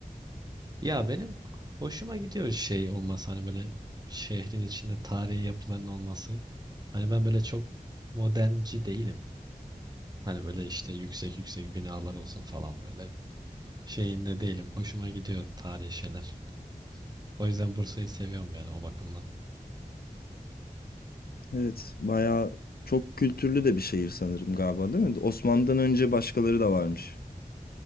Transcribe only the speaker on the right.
Ya benim hoşuma gidiyor şey olması hani böyle şehrin içinde tarihi yapıların olması. Hani ben böyle çok modernci değilim. Hani böyle işte yüksek yüksek binalar olsun falan böyle şeyinde değilim. Hoşuma gidiyor tarihi şeyler. O yüzden Bursa'yı seviyorum yani o bakımdan.